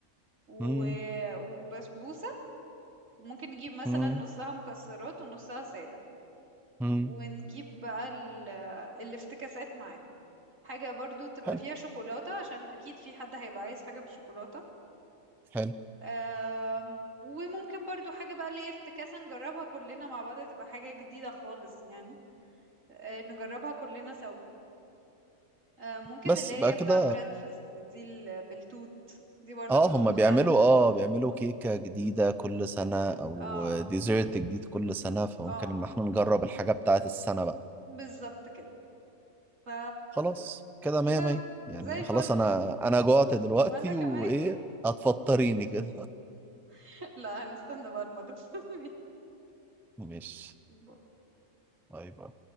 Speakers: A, on the right (about 75°); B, in the centre.
A: و...
B: مم،
A: وبسبوسه وممكن نجيب مثلا
B: مم،
A: نصها مكسرات ونصها ساده
B: مم.
A: ونجيب بقى ال- الافتكاسات معاهم حاجة برضو تبقى
B: حلو
A: فيها شوكولاتة عشان أكيد في حد هيبقى عايز حاجة بالشوكولاتة
B: حلو
A: أم، وممكن برضو حاجة بقى اللي هي افتكاسة نجربها كلنا مع بعض تبقى حاجة جديدة خالص يعني أه، نجربها كلنا سوا أه، ممكن
B: بس
A: اللي هي
B: يبقى كده
A: بتاع بريدفاست دي ال- بالتوت دي برضو
B: اه
A: هتبقى
B: هما
A: مختلفة
B: بيعملوا اه بيعملوا كيكة جديدة كل سنة أو
A: اه
B: ديزرت جديد كل سنة فممكن
A: اه
B: إن احنا نجرب الحاجة بتاعة السنة بقى
A: بالظبط كده ف
B: خلاص كده
A: كده
B: مية مية يعني
A: زي الفل
B: خلاص أنا أنا جوعت دلوقتي
A: وانا كمان
B: وإيه هتفطريني كده <laughs>
A: <laughs> لا هنستنى بقى المغرب <laughs>
B: مش
A: يلا
B: طيب